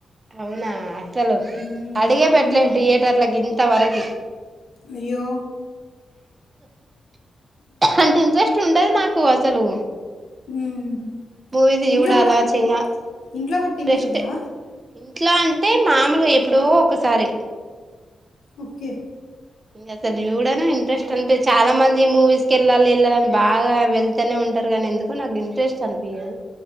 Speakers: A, on the right; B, on the left.
A: అవునా అసలు
B: హ్మ్.
A: అడిగే పెట్టలే
B: హ్మ్.
A: థియేటర్లకి ఇంత వరకీ
B: అయ్యో
A: అంత ఇంట్రెస్ట్ ఉండదు నాకు అసలు
B: హ్మ్
A: మూవీస్ జూడాలా
B: ఇంట్లో గూడా
A: చెయా
B: ఇంట్లో గూడా
A: ఇంట్రెస్టే
B: టీవీ చూడరా?
A: ఎట్లా అంటే మాములగా ఎప్పుడో ఒకసారి
B: ఓకే
A: ఇంగసలు యూడను ఇంట్రెస్ట్ అన్పి చాలా మంది మూవీస్ కెళ్ళాలి వెళ్ళాలని బాగా వెళ్తూనే ఉ అంటరు గని ఎందుకొ నాకు ఇంట్రెస్ట్ అనిపియదు